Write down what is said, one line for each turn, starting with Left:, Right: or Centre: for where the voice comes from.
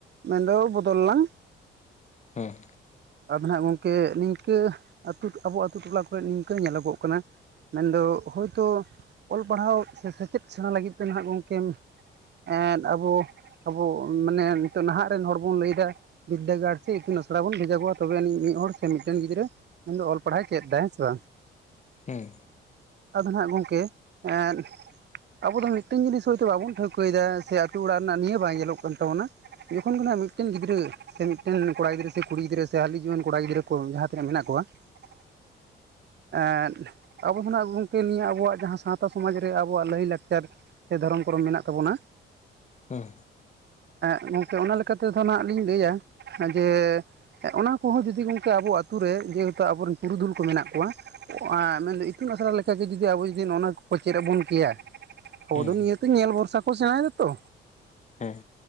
Right: ᱢᱮᱱᱫᱚ ᱵᱚᱫᱚᱞᱟᱝ,
Left: ᱦᱮᱸ᱾
Right: ᱟᱫᱚ ᱱᱟᱦᱟᱜ ᱜᱚᱝᱠᱮ ᱱᱤᱝᱠᱟᱹ ᱟᱹᱛᱩ ᱟᱵᱚ ᱟᱹᱛᱩ ᱴᱚᱞᱟ ᱠᱚᱨᱮ ᱱᱤᱝᱠᱟᱹ ᱧᱮᱞᱚᱜᱼᱚᱜ ᱠᱟᱱᱟ, ᱢᱮᱱᱫᱚ ᱦᱳᱭᱛᱳ ᱚᱞ ᱯᱟᱲᱦᱟᱣ ᱥᱮ ᱥᱮᱪᱮᱫ ᱥᱮᱬᱟ ᱞᱟᱹᱜᱤᱫ ᱛᱮ ᱱᱟᱦᱟᱜ ᱜᱚᱢᱠᱮ ᱮᱸᱜ ᱟᱵᱚ, ᱟᱵᱚ ᱢᱟᱱᱮ ᱱᱤᱛᱚᱜ ᱱᱟᱦᱟᱜ ᱨᱮᱱ ᱦᱚᱲ ᱵᱚᱱ ᱞᱟᱹᱭᱫᱟ ᱵᱤᱫᱽᱫᱟᱹᱜᱟᱲ ᱥᱮ ᱤᱛᱩᱱ ᱟᱥᱲᱟ ᱵᱚᱱ ᱵᱷᱮᱡᱟ ᱠᱚᱣᱟ ᱛᱚᱵᱮ ᱟᱹᱱᱤᱡ ᱢᱤᱫ ᱦᱚᱲ ᱥᱮ ᱢᱤᱫᱴᱟᱝ ᱜᱤᱫᱽᱨᱟᱹ ᱢᱮᱱ ᱫᱚ ᱚᱞ ᱯᱟᱲᱦᱟᱣ ᱮ ᱪᱮᱫ ᱫᱟ ᱦᱮᱸ ᱥᱮ ᱵᱟᱝ ᱾
Left: ᱦᱮᱸ
Right: ᱟᱫᱚ ᱱᱟᱦᱟᱜ ᱜᱚᱝᱠᱮ ᱮᱸᱫ ᱟᱵᱚ ᱫᱚ ᱢᱤᱫᱴᱮᱱ ᱡᱤᱱᱤᱥ ᱦᱳᱭᱛᱳ ᱵᱟᱵᱚᱱ ᱴᱷᱟᱹᱣᱠᱟᱹᱭᱮᱫᱟ ᱥᱮ ᱟᱛᱳ ᱚᱲᱟᱜ ᱨᱮᱱᱟᱜ ᱱᱤᱭᱟᱹ ᱵᱟᱝ ᱧᱮᱞᱚᱜ ᱠᱟᱱ ᱛᱟᱵᱚᱱᱟ ᱡᱚᱠᱷᱚᱱ ᱜᱮ ᱱᱟᱦᱟᱜ ᱢᱤᱫᱴᱮᱱ ᱜᱤᱫᱽᱨᱟᱹ ᱥᱮ ᱢᱤᱫᱴᱮᱱ ᱡᱚᱠᱷᱚᱱ ᱜᱮ ᱱᱟᱜ ᱢᱤᱫᱴᱮᱱ ᱜᱤᱫᱽᱨᱟᱹ ᱥᱮ ᱢᱤᱫᱴᱮᱱ ᱠᱚᱲᱟ ᱜᱤᱫᱽᱨᱟᱹ ᱥᱮ ᱠᱩᱲᱤ ᱜᱤᱫᱽᱨᱟᱹ ᱥᱮ ᱦᱟᱹᱞᱤ ᱡᱩᱣᱟᱹᱱ ᱠᱚᱲᱟ ᱜᱤᱫᱽᱨᱟᱹ ᱠᱚ ᱡᱟᱦᱟᱸ ᱛᱤᱱᱟᱹᱜ ᱢᱮᱱᱟᱜ ᱠᱚᱣᱟ, <inaudible> ᱟᱫ ᱟᱵᱚ ᱠᱷᱚᱱᱟᱜ ᱜᱚᱝᱠᱮ ᱱᱤᱭᱟᱹ ᱟᱵᱚᱣᱟᱜ ᱡᱟᱦᱟᱸ ᱥᱟᱶᱛᱟ ᱥᱚᱢᱟᱡᱽ ᱨᱮ ᱟᱵᱚᱣᱟᱜ ᱞᱟᱹᱭ-ᱞᱟᱠᱪᱟᱨ, ᱥᱮ ᱫᱷᱚᱨᱚᱢ ᱠᱚᱨᱚᱢ ᱢᱮᱱᱟᱜ ᱛᱟᱵᱚᱱᱟ
Left: ᱦᱮᱸ
Right: ᱮᱸᱜ ᱜᱚᱝᱠᱮ ᱚᱱᱟ ᱞᱮᱠᱟ ᱛᱮᱫᱚ ᱱᱟᱜ ᱞᱤᱧ ᱞᱟᱹᱭᱟ ᱡᱮ, ᱚᱱᱟ ᱠᱚ ᱦᱚᱸ ᱡᱩᱫᱤ ᱜᱚᱝᱠᱮ ᱟᱵᱚ ᱟᱛᱩ ᱨᱮ ᱡᱮᱦᱮᱛᱩ ᱟᱵᱚ ᱨᱮᱱ ᱯᱩᱨᱩᱫᱷᱩᱞ ᱠᱚ ᱢᱮᱱᱟᱜ ᱠᱚᱣᱟ ᱟᱸ ᱢᱮᱱᱫᱚ ᱤᱛᱩᱱ ᱟᱥᱲᱟ ᱞᱮᱠᱟ ᱜᱮ ᱡᱩᱫᱤ ᱟᱵᱚ ᱡᱩᱫᱤ ᱱᱚᱜ ᱱᱚᱣᱟ ᱠᱚ ᱪᱮᱫ ᱟᱵᱚᱱ ᱠᱮᱭᱟ,
Left: ᱦᱮᱸ
Right: ᱚᱫᱚ
Left: ᱦᱮᱸ
Right: ᱱᱤᱭᱟᱹᱛᱮ ᱧᱮᱞ ᱵᱷᱚᱨᱥᱟ ᱠᱚ ᱥᱮᱬᱟᱭ ᱫᱟ ᱛᱚ
Left: ᱦᱮᱸ